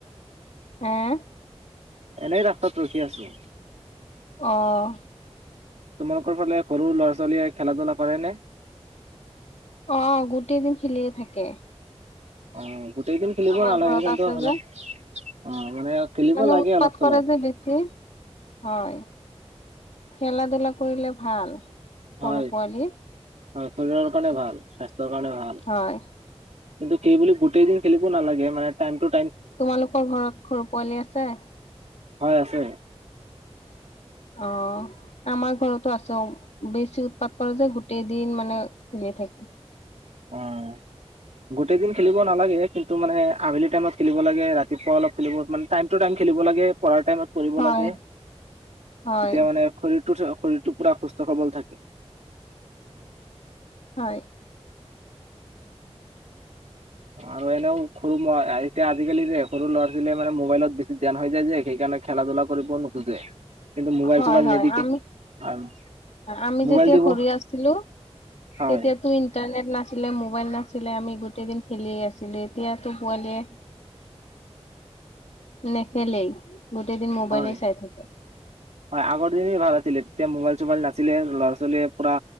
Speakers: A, on the left; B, on the right.
A: এহ।
B: এনেই ৰাস্তাত ৰখি আছো।
A: অহ।
B: তোমালোকৰ ফালে সৰু ল'ৰা-ছোৱালীয়ে খেলা-ধূলা কৰেনে?
A: অ', গোটেই দিন খেলিয়ে থাকে।
B: অ'। গোটেই দিন খেলিব
A: আমাৰ
B: নালাগে,
A: ঘৰত
B: কিন্তু
A: আছে
B: হলে
A: যে
B: অ'। মানে খেলিব
A: মানে
B: লাগে
A: উৎপাত
B: অলপ চলপ।
A: কৰে যে বেছি, হয়, খেলা-ধূলা কৰিলে ভাল। সৰু
B: হয়,
A: পোৱালি
B: তাৰ পৰা কাৰণে ভাল স্বাস্ তৰ কাৰণে ভাল।
A: হয়।
B: কিন্তু সেই বুলি গোটেই দিন খেলিব নালাগে, মানে টাইমটো
A: তোমালোকৰ ঘৰত সৰু পোৱালি আছে?
B: হয় আছে।
A: অ', আমাৰ ঘৰতো আছে। বেছি উৎপাত কৰে যে, গোটেই দিন মানে খেলিয়েই থাকে।
B: অ' গোটেই দিন খেলিব নালাগে, কিন তু মানে, আবেলি টাইমত খেলিব লাগে, ৰাতিপুৱা অলপ খেলিব মানে, টাইম-টো-টাইম খেলিব লাগে, পঢ়াৰ টাইমত কৰিব
A: হয়
B: লাগে।
A: হয়
B: তেতিয়া মানে খৰিত <unintelligible> শৰীৰটো পুৰা সুস্থ-সবল থাকে।
A: হয়।
B: আৰু এনেও সৰু। <unintelligible> এতিয়া আজিকালি যে সৰু ল'ৰা-ছোৱালীয়ে, মানে, মোবাইলত বেছি ধ্যান হৈ যায় যে, সেইকাৰণে খেলা-ধূলা কৰিবও নোখোজে। কিন্তু মোবাইল
A: হয়-হয়।
B: চোবাইল নিদিকে
A: আমি,
B: আৰু
A: আমি
B: মোবাইল
A: যেতিয়া
B: দিব
A: সৰু আছিলোঁ,
B: হয়
A: তেতিয়াতো ইণ্টাৰনেট নাছিল, মোবাইল নাছ ছিলে। আমি গোটেই দিন খেলিয়েই আছিলোঁ। এতিয়াতো পোৱালীয়ে নেখেলেই গোটেই দিন মোবাইলেই
B: হয়
A: চাই থাকে।
B: হয়, আগত তেই ভাল আছিলে। তেতিয়া মোবাইল-চোবাইল নাছ ছিলে, ল'ৰা-ছোৱালীয়ে পুৰা